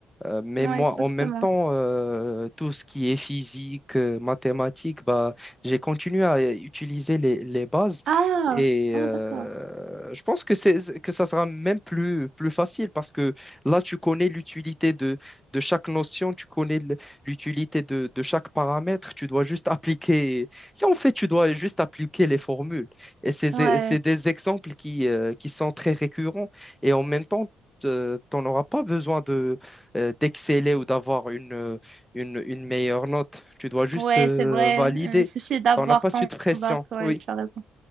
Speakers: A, in the centre; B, on the right.
A: Euh, mais
B: ouais,
A: moi,
B: exactement.
A: en même temps, euh, tout ce qui est physique, euh, mathématiques, bah, j'ai continué à utiliser les, les bases.
B: Ah,
A: Et
B: ah,
A: euh,
B: d'accord.
A: je pense que c'est, que ça sera même plus, plus facile parce que là, tu connais l'utilité de, de chaque notion, tu connais l- l'utilité de, de chaque paramètre, tu dois juste appliquer. Si en fait, tu dois juste appliquer les formules. Et c'est
B: Ouais,
A: c'est des exemples qui, euh, qui sont très récurrents. Et en même temps, euh, t'en auras pas besoin de euh, d'exceller ou d'avoir une, euh, une, une meilleure note. Tu dois juste
B: ouais,
A: euh,
B: c'est vrai.
A: valider.
B: Euh, Il suffit d'avoir
A: On n'a pas
B: ton
A: cette pression,
B: bac. Ouais,
A: oui.
B: tu as raison.